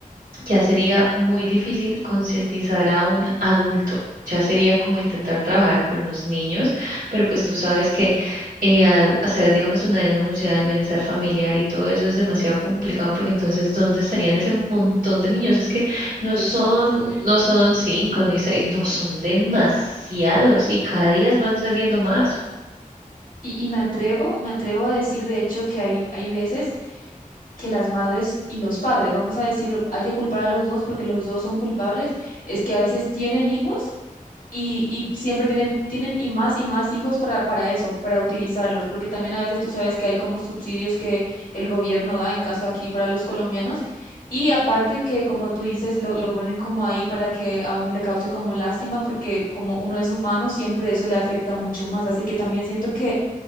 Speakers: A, on the right; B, on the left.
A: Ya sería muy difícil concientizar a un adulto. Ya sería como intentar trabajar con los niños, pero pues tú sabes que eh, al hacer, digamos, una denuncia del bienestar familiar y todo eso es demasiado complicado porque entonces, ¿dónde estarían ese montón de niños? Es que no
B: exacto.
A: son, no son cinco ni seis, no son demasiados y cada día van saliendo más.
B: Y, y me atrevo, me atrevo a decir, de hecho, que hay, hay veces que las madres y los padres, vamos a decirlo, hay que culpar a los dos porque los dos son culpables, es que a veces tienen hijos Y, y siempre tienen, tienen y más y más hijos para, para eso, para utilizarlos, porque también a veces tú sabes que hay como subsidios que el gobierno da, en caso aquí para los colombianos, y aparte que como tú dices, lo, lo ponen como ahí para que a uno le cause como lástima, porque como uno es humano, siempre eso le afecta mucho más, así que también siento que